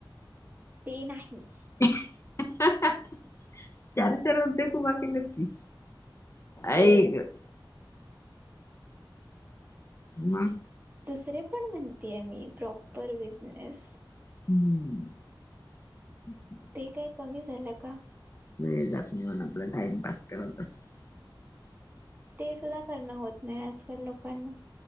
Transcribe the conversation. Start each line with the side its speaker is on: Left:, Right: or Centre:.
Right: ते नाही.
Left: हं हहहं चार चार उद्योग उभे केलेत की
Right: ते
Left: ऐक मग
Right: दुसरे पण म्हणतीय मी प्रॉपर बिझनेस.
Left: हम्. <inaudible>
Right: ते काही कमी झालं का?
Left: वेळ जात नाही म्हण आपला टाइमपास करत असत.
Right: ते सुद्धा करणं होत नाही आजकाल लोकांना.